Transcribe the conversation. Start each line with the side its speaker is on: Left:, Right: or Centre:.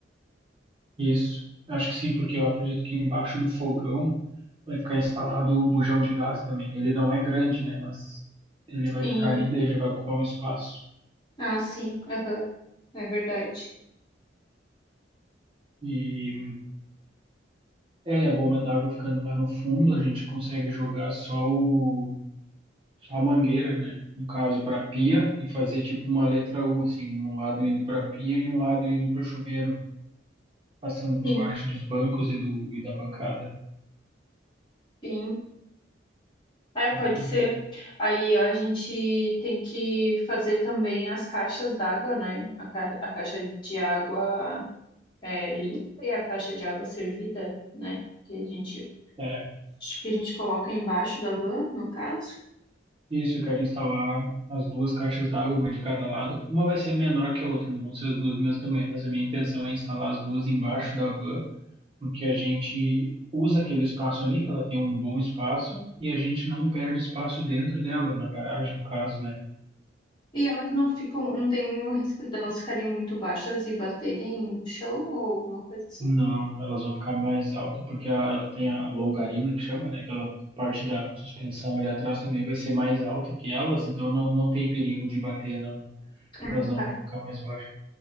Right: isso. Acho que sim, porque eu acredito que embaixo do fogão vai ficar instalado o bujão de gás também. Ele não é grande, né? Mas ele vai
Left: Sim.
Right: ficar ali, daí já vai ocupar um espaço.
Left: Ah, sim. Aham. É verdade.
Right: E é, e a bomba d'água ficando lá no fundo, a gente consegue jogar só o Só a mangueira, né? No caso, para pia e fazer tipo uma letra U, assim, um lado indo para pia e um lado indo para o chuveiro, passando por
Left: Sim,
Right: baixo dos bancos e, do, e da bancada.
Left: sim. É, pode
Right: Uhum.
Left: ser. Aí a gente tem que fazer também as caixas d'água, né? A, ca- a caixa de água é, limpa e a caixa de água servida, né? Que a gente,
Right: É,
Left: que a gente coloca embaixo da van, no caso.
Right: isso, eu quero instalar as duas caixas d'água, uma de cada lado. Uma vai ser menor que a outra, não vão ser as duas do mesmo tamanho, mas a minha intenção é instalar as duas embaixo da van, porque a gente usa aquele espaço ali, que ela tem um bom espaço, e a gente não perde espaço dentro dela, na garagem, no caso, né?
Left: E elas não ficam, não tem o risco delas ficarem muito baixas e baterem no chão ou alguma coisa assim.
Right: Não, elas vão ficar mais altas, porque a- ela tem a longarina que chama, né? Aquela parte da suspensão ali atrás também vai ser mais alta que elas, então não, não tem perigo de bater, não.
Left: Ah,
Right: Elas não
Left: tá.
Right: vão ficar mais baixas.